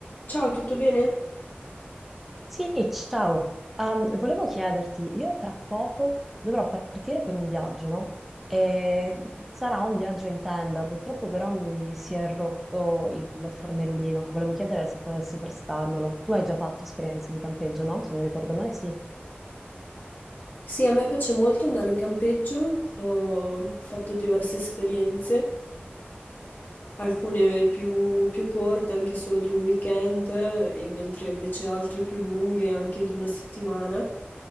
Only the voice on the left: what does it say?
Ciao, tutto bene?
Sì, a me piace molto andare in campeggio, ho fatto diverse esperienze, alcune più, più corte, anche solo di un weekend, e mentre invece altre più lunghe, anche di una settimana.